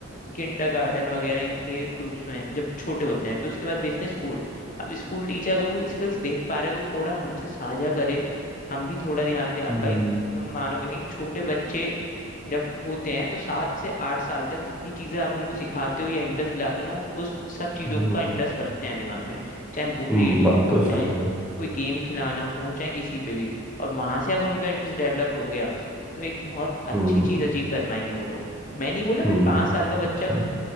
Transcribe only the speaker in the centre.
हम्म,
हम्म,
हम्म
बात
तो सही
है
हम्म
हम्म
बात
तो सही